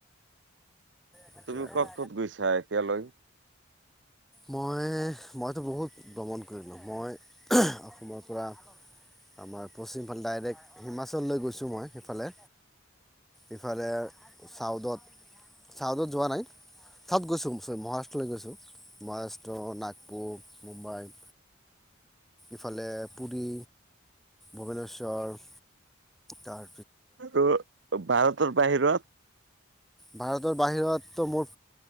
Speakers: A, in the centre; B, on the right (about 60°).
A: সেইটোৱে
B: তুমি
A: আৰু
B: ক'ত-ক'ত গৈছা এতিয়ালৈ?
A: মই মইতো বহুত ঘূৰিলোঁ মই অসমৰ পৰা আমাৰ পশ্চিম ফালে ডাইৰেক্ট হিমাচললৈ গৈছোঁ মই সেইফালে। এইফালে চাউদত-চাউদত যোৱা নাই চাউত গৈছোঁ মহাৰাষ্ট্ৰলৈ গৈছোঁ। মহাৰাষ্ট্ৰ, নাগপুৰ। মুম্বাই ইফালে পুৰী, ভূৱনেশ্বৰ তাৰ
B: আৰু ভাৰত তৰ বাহিৰত
A: ভাৰতৰ বাহিৰততো মোৰ